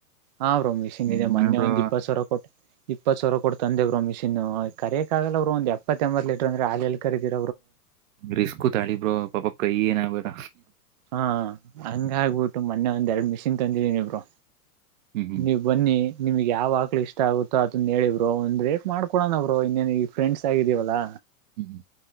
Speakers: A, on the right (about 30°); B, on the right (about 55°).
A: ಹಾ ಬ್ರೋ ಮಿಸಿನಯಿದೆ
B: ಹ್ಮ
A: ಮೊನ್ನೆ
B: ಬ್ರೋ
A: ಒಂದ್ ಇಪ್ಪತ್ತು ಸಾವಿರ ಕೊಟ್ಟ ಇಪ್ಪತ್ತು ಸಾವಿರ ಕೊಡ ತಂದೆವರು ಮಿಸಿನ್ ಕರಿಕ ಆಾಗಲ್ಲ ಅವರುಬ್ರೋ ಎಪ್ಪತ್ತ ಎಂಬತ್ ಲೀಟರ್ ಅಂದ್ರೆ ಹಾಲ ಎ ಕರೀರು
B: ರಿಸ್ಕ್ು ತಾಳಿಬ್ರರು ಪಾಪಕ್ ಕೈ ಏನ ಆಗ್ಬೇಡ
A: ಹಾ ಹಂಗ ಆಗ್ಬಿಟ್ಟು ಮೊನ್ನೆ ಒಂದ್ ಎರಡು ಮಿಷಿನ್ ತಂದಿದೀನಿಬ್ರೋ
B: ಹ್ಮ್
A: ನೀವು ಬನ್ನಿ ನಿಮಗೆ ಯಾವ ಆಕ್ಳ ಇಷ್ಟ ಆಗುತ್ತೋ ಅದನ್ನ ಹೇಳಬರು ಒಂದ್ ರೇಟ್ ಮಾಡ್ಕೊೋಣ ಬರು ಇನ್ನೇನು ಈ ಫ್ರೆಂಡ್ಸ್ ಆಗಿದೀವಲ್ಲಾ
B: ಹ್ಮ್